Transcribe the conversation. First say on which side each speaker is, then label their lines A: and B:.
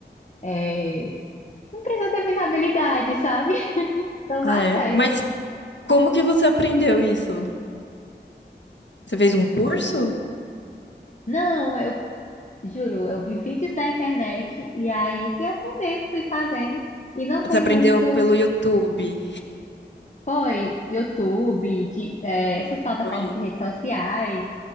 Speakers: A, on the left; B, on the left.
A: é, não precisa ter muita habilidade, sabe? <laughs> Então
B: Ah,
A: dá
B: é?
A: certo.
B: Mas Como que você aprendeu isso? Você fez um curso?
A: Não, eu Juro, eu vi vídeos na internet e aí fui aprendendo, fui fazendo. E não tem
B: Você aprendeu
A: muito.
B: pelo YouTube?
A: Foi YouTube, de, é, essas plataformas
B: Foi,
A: de redes sociais.